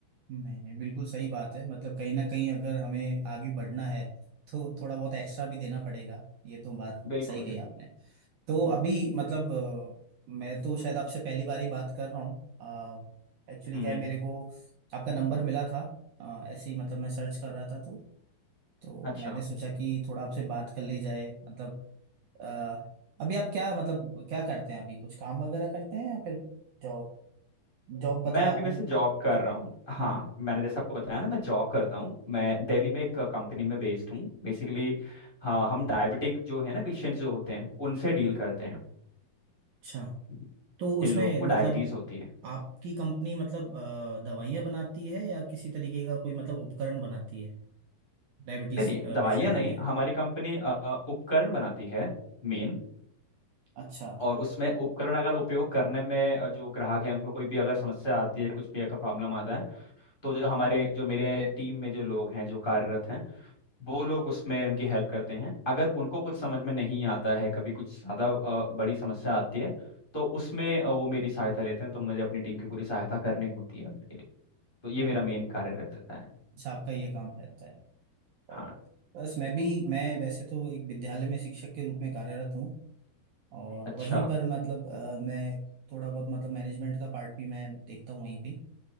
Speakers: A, on the right; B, on the left.
A: नहीं नहीं बिल्कुल सही बात है मतलब कहीं ना कहीं अगर हमें आगे बढ़ना है तो थोड़ा बहुत एक्स्ट्रा भी देना पड़ेगा ये तो बात
B: बिल्कुल
A: सही कही
B: बिल्कुल
A: आपने तो
B: हम्म
A: अभी मतलब अ, मैं तो शायद आपसे पहली बार ही बात कर रहा हूँ एक्चुअली
B: हम्म
A: क्या है मेरे को आपका नंबर मिला था अ, ऐसे ही मतलब मैं सर्च कर रहा था तो तो
B: अच्छा
A: मैंने सोचा कि थोड़ा आपसे बात कर ली जाए मतलब अ, अभी आप क्या मतलब क्या करते हैं अभी कुछ काम वगैरह करते हैं या फिर जॉब जॉब
B: मैं
A: बताया
B: अभी
A: आपने
B: वैसे
A: अभी
B: जॉब कर रहा हूँ हाँ
A: हम्म
B: मैंने जैसे आपको बताया ना मैं जॉब करता हूँ मैं दिल्ली में एक कंपनी में बेस्ड हूँ बेसिकली हाँ हम डायबिटिक जो है ना पेशेंट जो होते हैं उनसे डील करते
A: अच्छा
B: हैं
A: तो
B: जिन
A: उसमें
B: लोगों को डायबिटीज
A: मतलब
B: होती है
A: आपकी कंपनी मतलब अ, दवाइयाँ बनाती है या किसी तरीके का कोई मतलब उपकरण बनाती है डायबिटीज
B: नहीं नहीं
A: पेशेंट
B: दवाइयाँ
A: के
B: नहीं
A: लिए
B: हमारी कंपनी अ, उपकरण बनाती है मेन
A: अच्छा
B: और उसमें उपकरण अगर उपयोग करने में अ, जो ग्राहक है उनको कोई भी अगर समस्या आती है कुछ भी अगर प्रॉब्लम आता है तो जो हमारे जो मेरे टीम में जो लोग हैं जो कार्यरत हैं वो लोग उसमें उनकी हेल्प करते हैं अगर उनको कुछ समझ में नहीं आता है कभी कुछ ज़्यादा अ, बड़ी समस्या आती है तो उसमें अ, वो मेरी सहायता लेते हैं तो मुझे अपनी टीम की पूरी सहायता करनी होती है उनके लिए तो ये
A: हम्म
B: मेरा मेन कार्य रहता है
A: अच्छा आपका ये काम रहता है
B: हाँ
A: और बस मैं भी मैं वैसे तो एक विद्यालय में शिक्षक के रूप में कार्यरत हूँ और
B: अच्छा
A: वहीं पर मतलब अ, मैं थोड़ा बहुत मतलब मैनेजमेंट का पार्ट भी मैं देखता हूँ वहीं पे